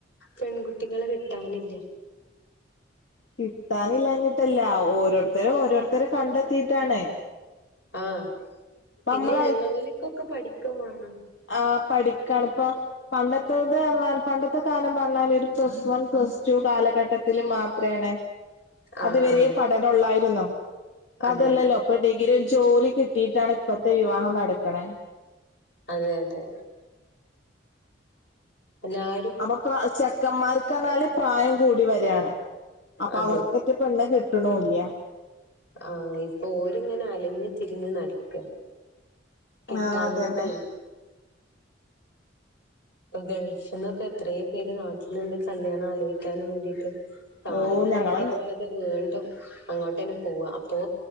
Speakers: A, on the left; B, on the left.
A: പെൺകുട്ടികളെ കിട്ടാനില്ല.
B: കിട്ടാനില്ലാഞ്ഞിട്ടല്ല ഓരോരുത്തരും ഓരോരുത്തരെ കണ്ടെത്തിയിട്ടാണ്.
A: ആഹ് പിന്നെ
B: നമ്മൾ
A: ഇള്ളോല്ക്കൊക്കെ പഠിക്കും വേണം.
B: ആഹ് പഠിക്കാണ്. ഇപ്പൊ, പണ്ടത്തത് പറഞ്ഞാൽ പണ്ടത്തെ കാലം പറഞ്ഞാല് ഒരു പ്ലസ് വൺ പ്ലസ് റ്റു കാലഘട്ടത്തിൽ മാത്രേണ്
A: ആഹ്
B: അത് വരേ
A: ആഹ്
B: പഠനം ഒള്ളായിരുന്നു. പ്പ
A: അതെ
B: അതല്ലല്ലോ. ഇപ്പൊ ഡിഗ്രി ഒരു ജോലി കിട്ടിയിട്ടാണ് ഇപ്പത്തെ വിവാഹം നടക്ക്ണെ.
A: അതെ അതെ. എല്ലാ
B: അപ്പൊ പ്ര ചെക്കന്മാർ ക്ക് പർഞ്ഞാല് പ്രായം കൂടി വരാണ്. അപ്പൊ
A: അതെ
B: അവർക്കെറ്റെ പെണ്ണ് കിട്ട്ണൂല്ല്യ.
A: ആഹ് ഇപ്പൊ ഓരിങ്ങനെ അലഞ്ഞു തിരിഞ് നടക്ക. കിട്ടാഞ്ഞിട്ടേ?
B: ആഹ് അതന്നെ
A: ഇപ്പൊ ഗൾഫിൽന്നൊക്കെ എത്ര പേര് നാട്ടിൽണ്ട് കല്യാണം ആലോചിക്കാനും വേണ്ടിയിട്ട്! കാര്യം
B: ഓ ഞങ്ങളെ
A: റെഡി ആവാതെ വീണ്ടും അങ്ങോട്ട് തന്നെ പോവാ അപ്പൊ.